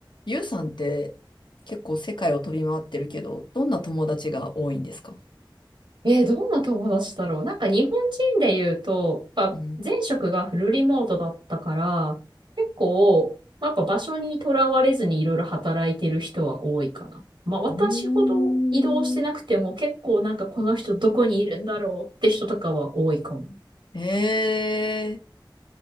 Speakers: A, on the left; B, on the right.
A: ゆうさんって結構世界を飛び回ってるけど、どんな友達が多いんですか
B: えー、どんな友達だろう。なんか日本人で言うと、やっぱ前職がフルリモートだったから、
A: うん。
B: 結構、やっぱ場所にとらわれずにいろいろ働いてる人は多いかな。まあ私ほど移動してなくても結構なんかこの人どこにいるんだろうって人とかは多いかも。
A: うーん。ええ。